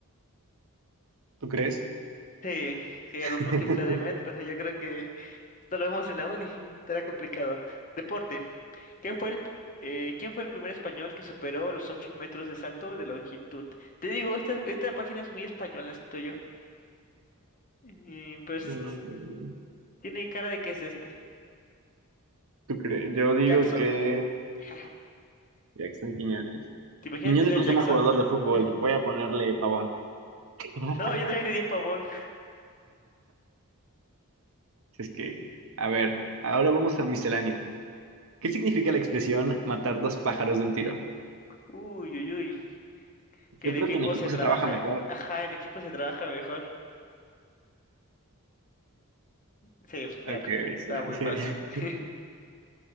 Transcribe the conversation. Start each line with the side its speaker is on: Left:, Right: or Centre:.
Right: ¿tú crees?
Left: Sí, sí, era
Right: <laughs>
Left: un múltiple de metros. Yo creo que esto lo vemos en la uni. Estará complicado. Deporte. ¿Quién fue el, eh, quién fue el primer español que superó los 8 metros de salto de longitud? Te digo, esta, esta página es muy española, siento yo. Eh, pero sí-
Right: Mm,
Left: tiene cara de que es este.
Right: ¿Tú crees? Yo digo
Left: Jackson.
Right: que
Left: <laughs>
Right: Jackson Quiñones.
Left: ¿Te imaginas
Right: Quiñones
Left: que sea
Right: lo
Left: Jackson?
Right: llama jugador de fútbol.
Left: <laughs>
Right: Voy a ponerle pavón. <laughs>
Left: No, yo también le di a Pavón.
Right: Si es que, a ver, ahora vamos a miscelánea. ¿Qué significa la expresión matar dos pájaros de un tiro?
Left: Uy, uy, uy. Que
Right: Yo
Left: el
Right: creo
Left: equipo
Right: que en equipo
Left: se trabaja.
Right: se trabaja mejor.
Left: eh, Ajá, en equipo se trabaja mejor. Sí, pues claro.
Right: Ok,
Left: <laughs>
Right: sí,
Left: Está muy
Right: sí.
Left: fácil. <laughs>